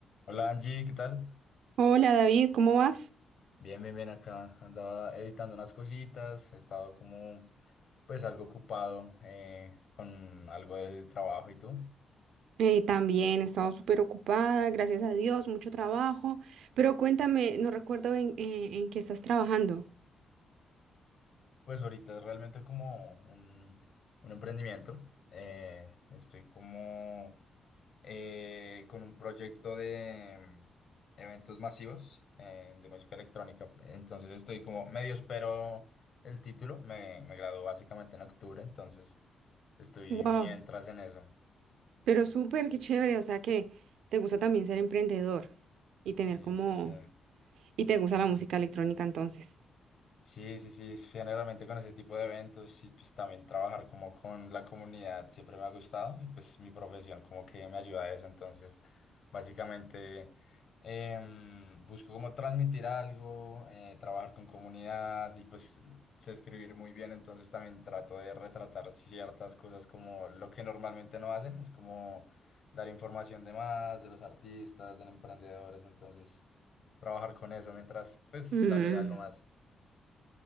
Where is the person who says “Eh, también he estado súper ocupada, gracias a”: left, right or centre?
Right